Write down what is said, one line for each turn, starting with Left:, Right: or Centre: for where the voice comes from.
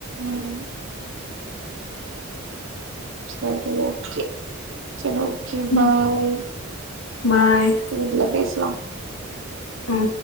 Right: ம் சர் ஓகே சர் ஓகே
Left: ம்.
Right: Bye
Left: bye.
Right: வீட்ல பேஸ்லா
Left: ம்